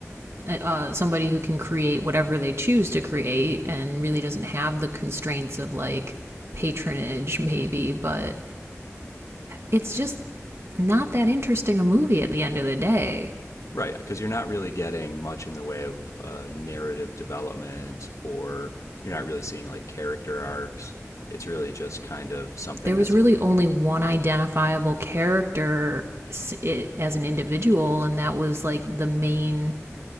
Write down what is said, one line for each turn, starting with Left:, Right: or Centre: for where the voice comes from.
Right: uh, somebody who can create whatever they choose to create and really doesn't have the constraints of like patronage, maybe, but it's just not that interesting a movie at the end of the day.
Left: Right, because you're not really getting much in the way of uh, narrative development, or you're not really seeing like character arcs. It's really just kind of something
Right: There
Left: that's,
Right: was really only one identifiable character as an individual, and that was like the main